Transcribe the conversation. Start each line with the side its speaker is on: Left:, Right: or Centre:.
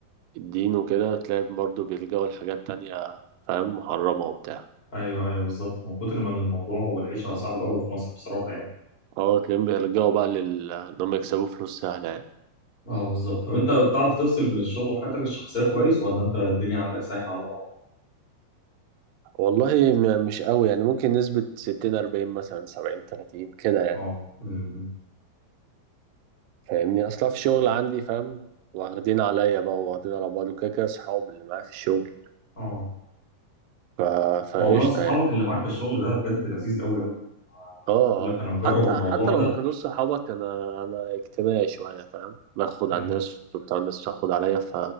Right: الدين وكده تلاقي برضو بيلجأوا لحاجات تانية فاهم محرمة وبتاع
Left: ايوه ايوه بالظبط من كتر ما الموضوع والعيشه صعبه قوي في مصر بصراحه يعني
Right: اه تلاقيهم بيلجأوا بقى لل إن هم يكسبوا فلوس سهلة يعني
Left: اه بالظبط طب انت بتعرف تفصل بين الشغل وحياتك الشخصية كويس ولا انت الدنيا عندك سايحة على بعضها
Right: والله م- مش قوي يعني ممكن نسبة ستين أربعين مثلا سبعين تلاتين كده يعني
Left: اه امم
Right: فاهمني أصلا في الشغل عندي فاهم واخدين عليا بقى واخدين على بعض وكده كده أصحاب اللي معايا في الشغل
Left: اه
Right: ف... فقشطة
Left: موضوع صحابك
Right: يعني
Left: اللي معاك في الشغل ده بجد لذيذ قوي قوي
Right: اه
Left: بقول
Right: اه
Left: لك انا مجرب
Right: حتى
Left: الموضوع
Right: حتى
Left: ده
Right: لو ما كانوش صحابك انا انا اجتماعي شويه فاهم باخد
Left: امم
Right: على الناس وبتاع الناس تاخد عليا ف